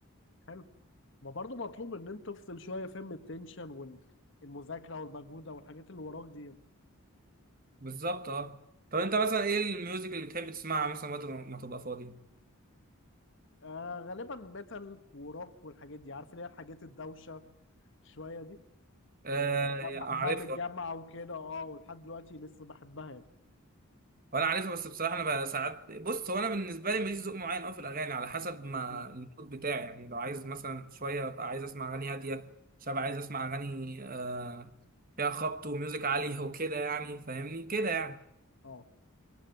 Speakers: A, on the left (about 55°); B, on the right (about 40°).
A: حلو ما برضو مطلوب ان انت تفصل شويه فاهم من التنشن والمذاكره والمجهوده والحاجات اللي وراك دي
B: بالظبط اه طب انت مثلا ايه الميوزك اللي بتحب تسمعها مثلا وقت ما تبقى فاضي؟
A: آه غالبا ميتال وروك والحاجات دي عارف اللي هي الحاجات الدوشه شويه دي
B: آه
A: هي كنت بحبها
B: عارفها
A: من الجامعة وكده اه ولحد دلوقتي لسه بحبها يعني
B: وانا عارفها بس بصراحه انا بقى ساعات بص هو انا بالنسبه لي ماليش ذوق معين قوي في الاغاني على حسب ما
A: مم.
B: المود بتاعي يعني لو عايز مثلا شويه ابقى عايز اسمع اغاني هاديه شويه عايز اسمع اغاني آه فيها خبط وميوزك عالي وكده يعني فاهمني كده يعني
A: اه